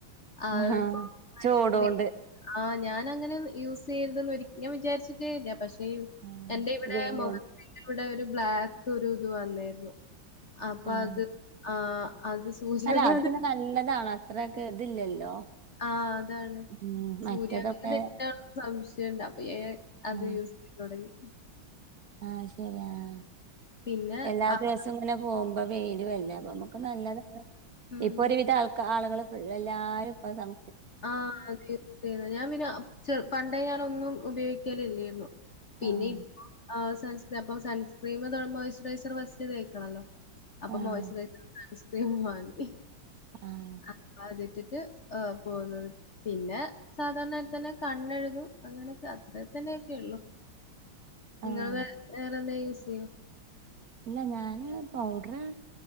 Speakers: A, on the left; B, on the right.
A: അത്
B: ആഹാ
A: <unintelligible> ഇപ്പൊ
B: ചൂടോണ്ട്
A: <unintelligible> ആഹ് ഞാനങ്ങനെയൊന്നും യൂസ് ചെയ്യരുത് എന്ന് ഒരി ഞാൻ വിചാരിച്ചിട്ടേയില്ല പക്ഷേ
B: ആഹ്
A: എന്റെ ഇവിടെ
B: വെയിലോണ്ട്
A: മുഖത്തിന്റെ ഇവിടെ ഒരു ബ്ലാക്ക് ഒരു ഇത് വന്നീര്ന്നു അപ്പൊ
B: ആഹ്
A: അത് ആഹ് അത് സൂര്യാഘാതം
B: അല്ല അത് പിന്നെ നല്ലതാണ് അത്രക്ക് ഇതില്ലല്ലോ
A: ആഹ് അതാണ്
B: ഉം
A: സൂര്യ
B: മറ്റേതൊക്കെ
A: <unintelligible> സംശയ്ണ്ട് അപ്പൊ ഞാൻ അത്
B: ആഹ്
A: യൂസ് ചെയ്യല് തുടങ്ങി
B: ആഹ് ശരി ആഹ്
A: പിന്നെ
B: എല്ലാ
A: ആഹ്
B: ദിവസവും ഇങ്ങനെ പോമ്പോ വെയിലും അല്ലെ ഇപ്പൊ നമുക്ക് നല്ലതാണ്
A: ഉം
B: ഇപ്പൊ ഒരുവിധം ആൾക്കാ ആളുകൾ എല്ലാരും ഇപ്പ സൺ
A: ആഹ് അതെ <unintelligible> ഞാൻ പിന്നെ ചെ പണ്ടേ ഞാനൊന്നും ഉപയോഗിക്കൽ ഇല്ലേയിരുന്നു പിന്നെ
B: ആഹ്
A: ഇപ്പൊ ആഹ് സൺസ് അപ്പൊ സൺസ്ക്രീമ് മോയ്സ്ചറൈസർ ഫസ്റ്റ് തേക്കണല്ലോ അപ്പൊ
B: ആഹ്
A: മോസ്ചറൈസർ സൺ‌സ്ക്രീമും വാങ്ങി
B: ആഹ്
A: ആഹ് അതിട്ടിട്ട് ആഹ് പോക്ന്നത് പിന്നെ സാധാരണമാരിതന്നെ കണ്ണെഴുതും അങ്ങനൊക്കെ അത്രേത്തെ തന്നെയൊക്കെ ഉള്ളു നിങ്ങൾ
B: ആഹ്
A: വേ വേറെ എന്തേ യൂസ് ചെയ്യോ
B: ഇല്ല ഞാന് ഒരു പൗഡർ ആഹ്